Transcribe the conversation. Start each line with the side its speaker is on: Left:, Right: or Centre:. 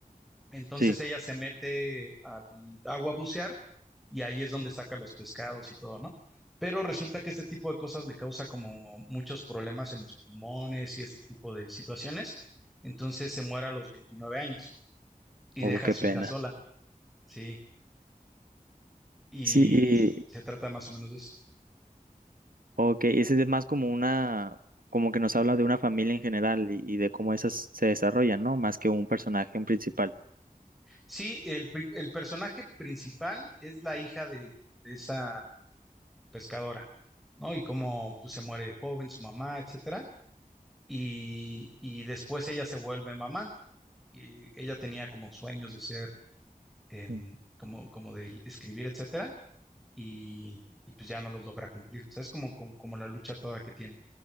Centre: Entonces
Right: Sí.
Centre: ella se mete al agua a bucear y ahí es donde saca los pescados y todo, ¿no? Pero resulta que este tipo de cosas le causa como muchos problemas en los pulmones y este tipo de situaciones. Entonces se muere a los 29 años y
Right: Oh,
Centre: deja
Right: qué
Centre: a su
Right: pena.
Centre: hija sola, ¿sí? Y,
Right: Sí, y
Centre: y se trata más o menos de eso.
Right: ok, ese es más como una, como que nos habla de una familia en general y, y de cómo esas se desarrollan, ¿no? Más que un personaje en principal.
Centre: Sí, el, pri- el personaje principal es la hija de, de esa pescadora, ¿no? Y cómo pues, se muere joven su mamá, etcétera. Y, y después ella se vuelve mamá y ella tenía como sueños de ser, em,
Right: Mm.
Centre: como, como de escribir, etcétera, y, y pues ya no los logra cumplir. O sea, es como, como, como la lucha toda que tiene.